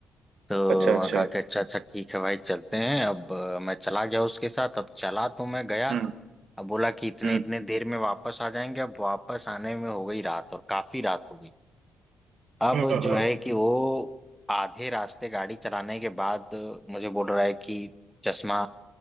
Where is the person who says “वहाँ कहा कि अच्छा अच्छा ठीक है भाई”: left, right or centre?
Centre